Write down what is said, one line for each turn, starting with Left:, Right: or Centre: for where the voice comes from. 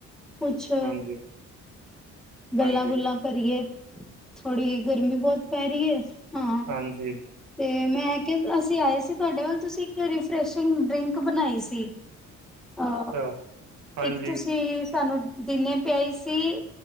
Centre: ਕੁਛ
Right: ਹਾਂਜੀ,
Centre: ਗੱਲਾਂ-ਗੁੱਲਾਂ
Right: ਹਾਂਜੀ,
Centre: ਕਰੀਏ ਥੋੜੀ ਗਰਮੀ ਬਹੁਤ ਪੈ ਰਈ ਏ। ਹਾਂ।
Right: ਹਾਂਜੀ,
Centre: ਤੇ ਮੈਂ ਕਿਆ, ਅਸੀ ਆਏ ਸੀ ਤੁਹਾਡੇ ਵੱਲ ਤੁਸੀਂ ਇੱਕ ਰੀਫਰੈਸ਼ਿੰਗ ਡਰਿੰਕ ਬਣਾਈ ਸੀ। ਅਹ,
Right: ਅੱਛਾ, ਹਾਂਜੀ,
Centre: ਇੱਕ ਤੁਸੀ ਸਾਨੂੰ ਦਿਨੇ ਪਿਆਈ ਸੀ,